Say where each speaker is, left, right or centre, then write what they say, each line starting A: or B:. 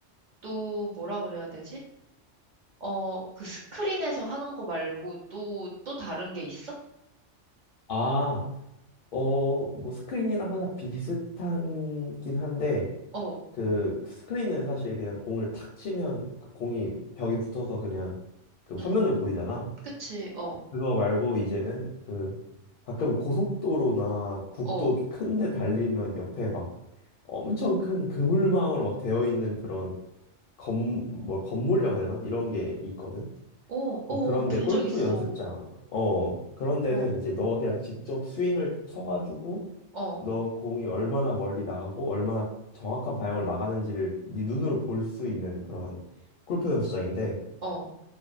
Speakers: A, on the right (about 50°); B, on the left (about 60°).
A: 또 뭐라 그래야 되지? 어, 그 스크린에서 하는 거 말고 또, 또 다른 게 있어?
B: 아, 어, 뭐 스크린이랑 하나 비슷한긴 한데
A: 어,
B: 그 스크린은 사실 그냥 공을 탁 치면 그 공이 벽에 붙어서 그냥 그 화면으로
A: 응,
B: 보이잖아.
A: 그치, 어,
B: 그거 말고 이제는 그 가끔 고속도로나 국도
A: 어,
B: 이렇게 큰데 달리면 옆에 막 엄청 큰 그물망으로 막 되어 있는 그런 건뭐 건물이라고 해야 되나? 이런 게 있거든.
A: 오, 오,
B: 그런데
A: 본
B: 골프
A: 적 있어.
B: 연습장, 어, 그런 데는
A: 어,
B: 이제 너가 그냥 직접 스윙을 쳐가지고
A: 어,
B: 너 공이 얼마나 멀리 나가고 얼마나 정확한 방향으로 나가는지를 네 눈으로 볼 수 있는 그런 골프 연습장인데
A: 어,